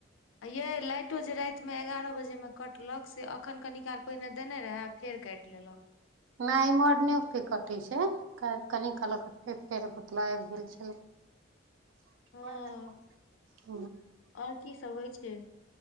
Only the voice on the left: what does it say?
अ ये लाइटो जे रात में एगारह बजे मे कटलक से अखन कनी काल पहिने देने रहे आ फेर काइट लेलक
हँ और की सब होइ छै